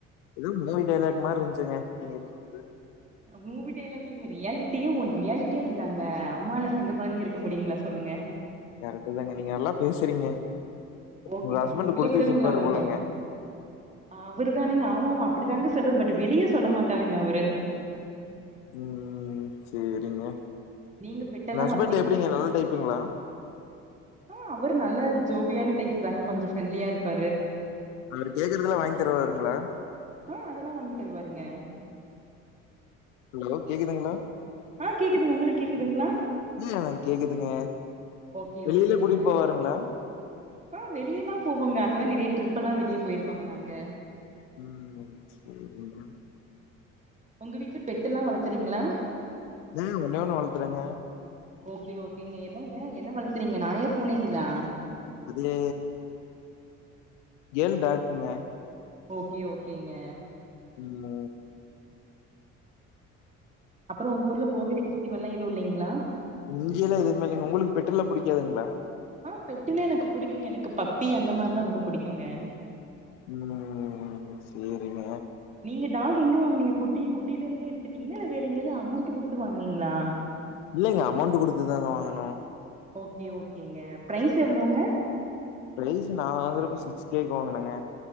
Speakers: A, on the left (about 65°); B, on the right (about 20°).
A: ஏதோ மூவி டைலாக் மாரி இருந்துச்சுங்க நீங்க சொன்னாது
B: மூவி டைலாக் இல்லிங்க ரியாலிட்டியு ஒன் ரியாலிட்டி அப்படிதாங்க அம்மாலு எந்த குழந்தையு இருக்க முடியுங்களா சொல்லுங்க
A: கரெக்ட் தாங்க நீங்க நல்லா பேசுறீங்க
B: ஓகே
A: உங்க ஹஸ்பண்ட்
B: இது உங்கள
A: குடுத்து
B: விடங்களா
A: வச்சிருப்பாரு
B: அவங்க
A: போலங்க
B: அவரு தானேங்க ஆமாமா அப்படிதாங்க சொல்லு பட் வெளியே சொல்ல மாட்டாருங்க அவரு
A: ம் ம் சேரிங்க
B: நீங்க பெட்டெல்லா
A: உங்க ஹஸ்பண்ட்
B: வளக்குறீங்களா
A: எப்பிடிங்க நல்லா டைப்புங்களா
B: ஆ அவரு நல்ல ஜோவியான டைப் தாங்க கொஞ்சௌ ஃப்ரெண்ட்லியா இருப்பாரு
A: அவரு கேக்குறதல்லா வாங்கி தருவாருங்களா
B: ஆ அதெல்லா வாங்கி தருவாருங்க
A: ஹலோ கேக்குதுங்களா
B: ஆ கேக்குதுங்க
A: ம்
B: உங்களுக்கு கேக்குதுங்களா
A: நல்லா கேக்குதுங்க
B: ஓகே
A: வெளியிலே
B: ஓகேங்க
A: கூட்டிட்டு போவாருங்களா
B: ஆ வெளியல்லா போவோங்க அதெல்லா நெறைய ட்ரிப்ல்லா வெளியே போயிருக்கோங்க நாங்க
A: ம் செரிங்க
B: உங்க வீட்ல பெட்டல்லா வளத்துறீங்களா
A: ஆ ஒன்னே ஒண்ணு வளர்த்துறேங்க
B: ஓகே ஓகேங்க என்னங்க என்ன வளர்த்துறீங்க நாயா பூனைங்களா
A: அது கேர்ள் டாக்குங்க
B: ஓகே ஓகேங்க
A: ம் மோ
B: அப்புறோ உங்க ஊர்ல கோவில் பெஸ்டிவெல்லா எது இல்லைங்ளா
A: இங்கேயல்லா எதுமே இல்லைங்க உங்களுக்கு பெட்டெல்லா புடிக்காதுங்களா
B: ஆ பெட்டனா எனக்கு புடிக்குங்க எனக்கு பப்பி அந்த மாரினா ரொம்ப புடிக்குங்க
A: ம் ம் சேரிங்க
B: நீங்க டாக் எங்க வாங்குனீங்க குட்டி குட்டிலருந்தே எடுத்துட்டீங்களா இல்ல வேற எங்கேயாவது அமௌண்ட் குடுத்து வாங்னீங்ளா
A: இல்லைங்க அமௌண்ட் குடுத்ததாங்க வாங்கணோ
B: ஓகே ஓகேங்க ப்ரைஸ் எவ்ளோங்க
A: ப்ரைஸ் நா வாங்கறப்ப சிக்ஸ் கேக்கு வாங்கனங்க